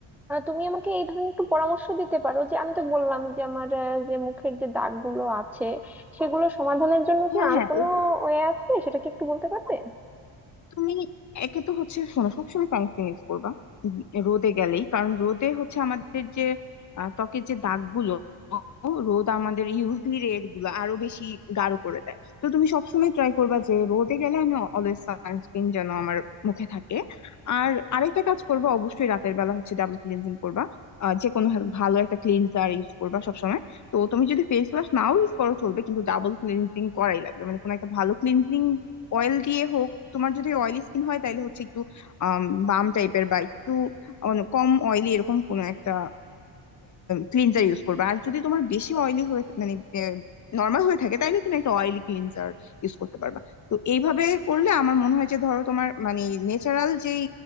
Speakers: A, in the centre; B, on the left (about 40°).
A: আহ, তুমি আমাকে এই ধরনের একটু পরামর্শ দিতে পারো যে আমি তো বললাম যে আমার আহ, যে মুখের যে দাগগুলো আছে সেগুলো সমাধানের জন্য কি
B: হ্যাঁ
A: আর
B: হ্যাঁ
A: কোনো
B: ওটা
A: ওয়ে আছে সেটা কি একটু বলতে পারবে
B: তুমি একে তো হচ্ছে শোনো সবসময় সানস্ক্রিন ইউজ করবা উম, রোদে গেলেই কারণ রোদে হচ্ছে আমাদের যে আহ, ত্বকের যে দাগগুলো রোদ আমাদের ইউভি রে গুলো আরো বেশি গাঢ় করে দেয় তো তুমি সবসময় ট্রাই করবা যে রোদে গেলে আমি অলওয়েজ সানস্ক্রিন যেন আমার মুখে থাকে আর আরেকটা কাজ করবা অবশ্যই রাতের বেলা হচ্ছে ডাবল ক্লিনজিং করবা আহ, যে কোনো ভালো ভালো একটা ক্লিনজার ইউজ করবা সবসময় তো তুমি যদি ফেস ওয়াশ নাও ইউজ করো চলবে কিন্তু ডাবল ক্লিনজিং করাই লাগবে মানে কোনো একটা ভালো ক্লিনজিং অয়েল দিয়ে হোক তোমার যদি অয়েলি স্কিন হয় তাহলে হচ্ছে একটু আম বাম টাইপের বা একটু অন- কম অয়েলি এরকম কোনো একটা ক্লিনজার ইউজ করবে আর যদি তোমার বেশি অয়েলি হয়ে মানে নর্মাল হয়ে থাকে তাহলে তুমি একটা অয়েলি ক্লিনজার ইউজ করতে পারবা তো এইভাবে করলে আমার মনে হয় যে ধরো তোমার মানে ন্যাচারাল যেই